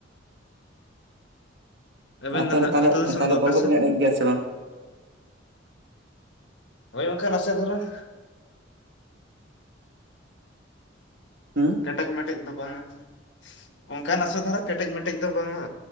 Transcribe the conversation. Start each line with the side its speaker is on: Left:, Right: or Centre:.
Left: ᱟᱹᱵᱤᱱ
Right: ᱟᱨ ᱛᱚᱵᱮ
Left: ᱫᱚ ᱱᱟᱦᱟᱜ
Right: ᱛᱟᱦᱚᱞᱮ
Left: ᱟᱹᱛᱩ ᱫᱤᱥᱚᱢ
Right: ᱛᱟᱦᱚᱞᱮᱚᱞ
Left: ᱫᱚ ᱚᱠᱟ
Right: ᱠᱚ-ᱫᱚ
Left: ᱥᱮᱫ?
Right: ᱚᱵᱮᱱ ᱮᱱᱮᱡ ᱜᱮᱭᱟ ᱥᱮ ᱵᱟᱝ? <inaudible>
Left: ᱱᱚᱜᱼᱚᱭ ᱵᱟᱝᱠᱷᱟᱱ ᱱᱟᱥᱮ ᱫᱷᱟᱨᱚᱬᱟ᱾ <inaudible>
Right: ᱦᱮᱸ <unintelligible>
Left: ᱠᱮᱴᱮᱡᱼᱢᱮᱴᱮᱡ ᱫᱚ ᱵᱟᱝᱟ ᱾ ᱚᱱᱠᱟᱱ ᱟᱥᱟ ᱫᱷᱟᱨᱟ ᱠᱮᱴᱮᱡᱼᱢᱮᱴᱮᱡ ᱫᱚ ᱵᱟᱝᱼᱟ᱾